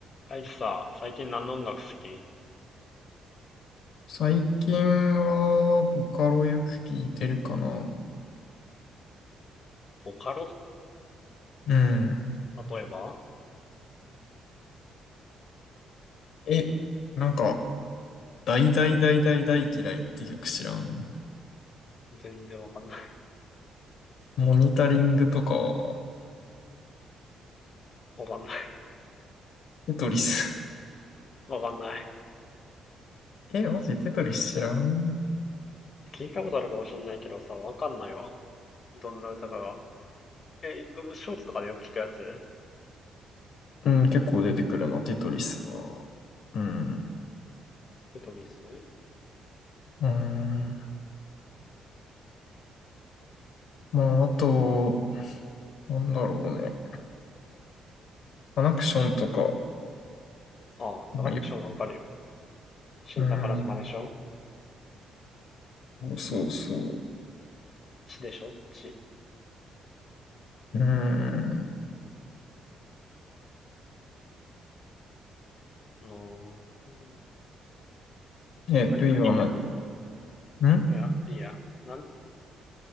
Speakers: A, on the left; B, on the left.
A: 大樹さ、最近何の音楽好き
B: 最近は、ボカロよく聞いてるかな。
A: ボカロ
B: うん。
A: 例えば
B: え、なんか、大大大大大嫌いって曲知らん。
A: 全然わかんない。
B: モニタリングとかは、
A: <laughs> わかんない。
B: テトリス。
A: <laughs> わかんない。
B: <laughs> え、マジテトリス知らん。
A: 聞いたことあるかもしんないけどさ、わかんないわ。どんな歌かが。え、でもショーツとかでよく聞くやつ
B: うん、結構出てくるな、テトリスは。うん。
A: テトリス
B: うん。まあ、あと、なんだろうね。アナクションとか、
A: ああ、サカナクションわかるよ。
B: まあ、よく、
A: 新宝島でしょ
B: うん。そうそうそう。
A: 地でしょ地。
B: うん。
A: あのー、う
B: え、
A: 何で聞いてんの
B: ルイは何ん
A: いや、いいや。なん、